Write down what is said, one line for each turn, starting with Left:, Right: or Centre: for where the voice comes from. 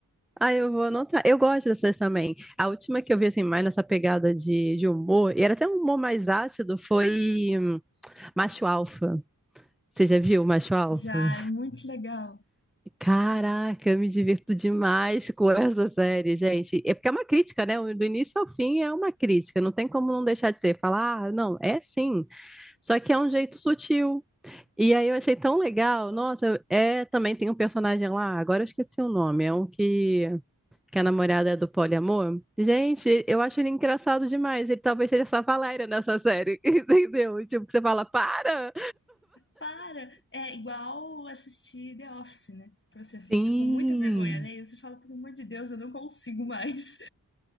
Centre: Ah, eu vou anotar. Eu gosto dessas também. A última que eu vi, assim, mais nessa pegada de, de humor, e era até um humor mais ácido, foi hum, Macho Alfa. Você já viu Macho Alfa?
Left: Já é muito legal.
Centre: Caraca, eu me divirto demais com <laughs> essa série, gente. É porque é uma crítica, né? Do início ao fim é uma crítica. Não tem como não deixar de ser. Falar, ah, não, é sim. Só que é um jeito sutil. E aí eu achei tão legal. Nossa, é também tem um personagem lá. Agora eu esqueci o nome. É um que que a namorada é do poliamor. Gente, eu acho ele engraçado demais. Ele talvez seja essa Valéria nessa série, <laughs> entendeu? Tipo, que você fala, para!
Left: Para! É igual assistir The Office, né? Que você fica
Centre: Sim,
Left: com muita vergonha alheia, você fala, pelo amor de Deus, eu não consigo mais.